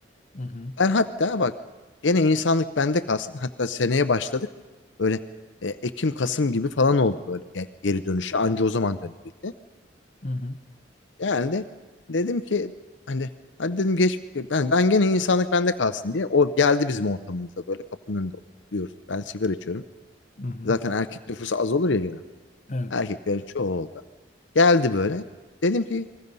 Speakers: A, on the left; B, on the left.
A: Hı hı.
B: Ben hatta bak gene insanlık bende kalsın. Hatta seneye başladık. Böyle e, Ekim Kasım gibi falan oldu böyle ge- geri dönüşü. Anca o zaman dönebildi.
A: Hı hı.
B: Yani de dedim ki hani hadi dedim geç ben ben gene insanlık bende kalsın diye. O geldi bizim ortamımıza böyle kapının önünde oturuyoruz. Ben sigara içiyorum.
A: Hı hı.
B: Zaten erkek nüfusu az olur ya genel.
A: Evet.
B: Erkeklerin çoğu oldu. Geldi böyle. Dedim ki